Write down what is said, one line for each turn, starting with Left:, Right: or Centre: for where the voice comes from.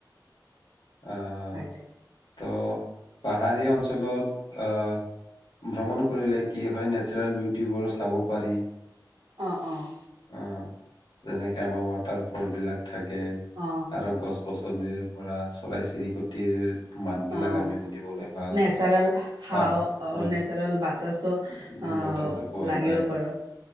Left: অহ।
Right: সৈতে।
Left: ত' পাহাৰীয়া অঞ্চলত আহ ভ্ৰমণ কৰিলে কি হয় নেচাৰেল বিউটিবোৰ চাব পাৰি।
Right: অহ অহ।
Left: আহ যেনেকে আমাৰ ৱাটাৰ ফল বিলাক। থাকে
Right: অ
Left: আৰু গছ গছ। <unintelligible> চৰাই চিৰিকটিৰ। মাত বিলাক
Right: অহ
Left: আমি শুনিবলৈ ভাল
Right: নেচাৰেল হাঅ
Left: পাওঁ হয়
Right: নেচাৰেল বাতাসো
Left: উ
Right: আহ
Left: বতাহ চা পোৱা
Right: লাগিব
Left: যায়
Right: পাৰো।